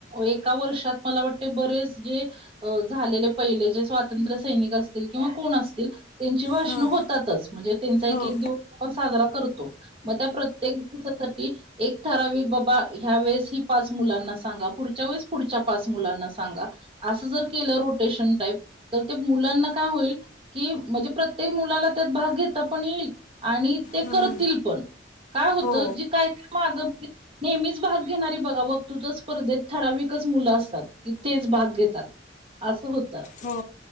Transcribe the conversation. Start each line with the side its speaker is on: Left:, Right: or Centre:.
Right: एका वर्षात मला वाटते बरेच जे- अ झालेले पहिले जे स्वातंत्र्य सैनिक असतील किंवा कोण असतील त्यांची भाषणं
Left: हं
Right: होतातच म्हणजे त्यांचा एक
Left: हो
Right: एक दिवस आपण साजरा करतो मग त्या प्रत त्येक <unintelligible> एक ठरावी बाबा ह्या वेळेस ही पाच मुलांना सांगा पुढच्या वेळेस पुढच्या पाच मुलांना सांगा असं जर केलं रोटेशन टाईप तर ते मुलांना काय होईल कि म्हणजे प्रत्येक मुलाला त्यात भाग घेता पण येईल आणि ते
Left: हं
Right: करतील पण. काय होतं
Left: हो
Right: जी काय काय मागं नेहमीच भाग घेणारी बघ बघतोतच स्पर्धेत ठराविकच मुलं असतात की तेच भाग घेतात असं होतं.
Left: हो